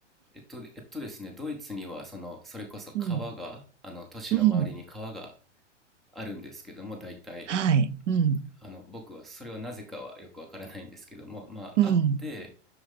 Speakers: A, in the centre; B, on the right.
A: えっと、えっとですね、ドイツには、その、それこそ川が、
B: うん、
A: あの、都市の周りに川が
B: うん、
A: あるんですけども、大体、
B: はい、うん、
A: あの、僕は、それはなぜかはよくわからないんですけども、まあ、
B: うん、
A: あって、